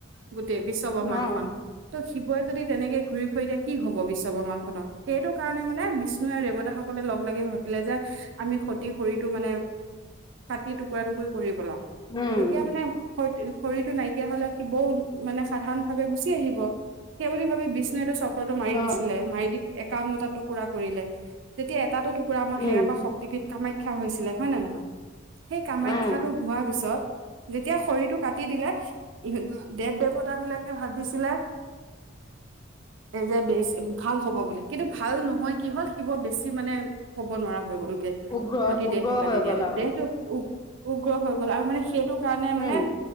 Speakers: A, on the right (about 65°); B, on the left (about 20°).
A: গোটেই বিশ্বব্ৰহ্মাণ্ডখন
B: অ',
A: ত শিব কৈ যদি তেনেকে ঘূৰি ফুৰি দিয়ে কি হব বিশ্বব্ৰহ্মাণ্ডখনৰ সেইটো কাৰণে মানে বিষ্ণু আৰু দেৱতাসকলে লগ লাগি ভাবিলে যে আমি সতি শৰীৰটো মানে কাটি টুকুৰা টুকুৰি কৰি পেলাও,
B: উম,
A: তেতিয়া মানে শ শৰীৰটো নাইকিয়া হলে সি বৌ মানে সাধাৰণ ভাৱে গুচি আহিব, সেই বুলি ভাবি বিষ্ণুটো চ কুকৰাটো মাৰি
B: অ',
A: দিছিলে মাৰি দি একাৱন্নটা টুকুৰা কৰিলে তেতিয়া তাতো টুকুৰা আমাৰ
B: উম,
A: সেয়াৰ পৰা শক্তিপীঠ কামাখ্যা হৈছিলে হয় নে নহয়? সেই কামাখ্যাটো
B: অ',
A: হোৱাৰ পিছত যেতিয়া শৰীৰটো কাটি দিলে, ইহত দেৱ দেৱতাবিলাক ভাবিছিলে, এই যে বেছি ভাল হ'ব বুলি কিন্তু ভাল নহয় কি হ'ল শিৱৰ বেছি মানে ক'ব নোৱাৰা হৈ গলগে স,
B: উগ্ৰ
A: তি
B: উগ্ৰ
A: দেহটো কাটি
B: হৈ
A: দিয়াতে
B: গ'ল আৰু
A: দেহটো উ উগ্ৰ হৈ গ'ল আৰু মানে সেইটো কাৰণে
B: উম,
A: মানে